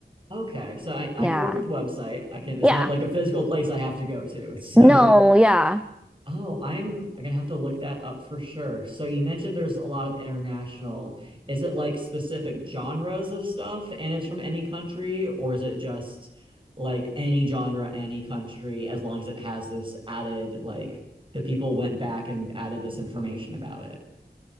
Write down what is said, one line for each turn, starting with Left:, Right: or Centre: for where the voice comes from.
Right: Okay, so I, I
Centre: Yeah.
Right: can work with the website. I can, it's
Centre: Yeah.
Right: not like a physical place I have to go to. <laughs> So
Centre: No, yeah.
Right: Oh, I'm gonna have to look that up for sure. So you mentioned there's a lot of international. Is it like specific genres of stuff and it's from any country, or is it just like any genre, any country, as long as it has this added, like the people went back and added this information about it?